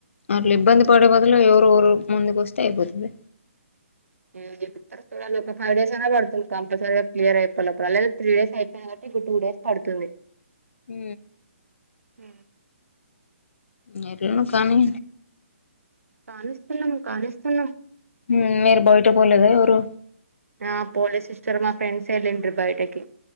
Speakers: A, on the left; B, on the right.
A: అట్లా ఇబ్బంది పడే బదులు ఎవరు ఒకరు ముందుకు వస్తే అయిపోతుంది
B: ఏం చేపిత్తారో చూడాలి ఫైవ్ డేస్ ఐనా పడుతుంది కంపల్సరిగా క్లియర్ అయిపోయేలోపు ఆల్రెడీ త్రీ డేస్ అయిపో <inaudible> ఇంకో టూ డేస్ పడుతుంది
A: ఊ
B: ఊ
A: ఊ ఎట్లనో కానీ
B: కానిస్తున్నం కానిస్తున్నం
A: ఊశ మీరు బయట పోలేదా ఎవరూ
B: ఆ పోలే సిస్టర్ మా ఫ్రెండ్స్ ఎళ్ళింట్రి బయటకి